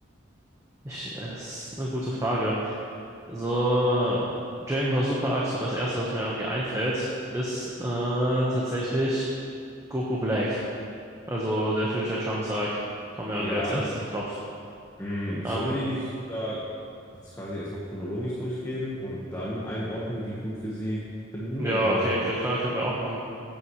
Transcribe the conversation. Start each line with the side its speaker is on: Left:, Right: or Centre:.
Right: Ich, äh, ist eine gute Frage. So, Dragon Ball Super Arc, so das erste, was mir irgendwie einfällt, ist äh, tatsächlich Goku Black. Also der Future Trunks Arc. Kommt mir irgendwie
Left: Ja,
Right: als erstes in den Kopf.
Left: hm, sollen
Right: Ähm,
Left: wir die nicht lieber jetzt quasi erstmal chronologisch durchgehen und dann einordnen, wie gut wir sie finden,
Right: ja,
Left: oder?
Right: okay, k- klar, können wir auch machen.